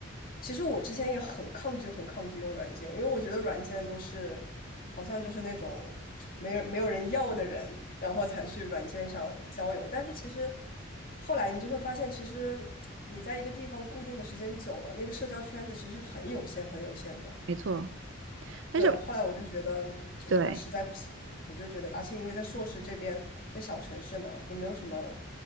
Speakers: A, on the left; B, on the right.
A: 其实我之前也很抗拒，很抗拒用软件，因为我觉得软件都是好像就是那种没人没有人要的人，然后才去软件上交友。但是其实后来你就会发现，其实你在一个地方固定的时间久了，那个社交圈子其实是很有限、很有限的。
B: 没错，但是
A: 对，后来我就觉得，嗯，
B: 对。
A: 那实在不行，我就觉得，而且因为在硕士这边，在小城市嘛，也没有什么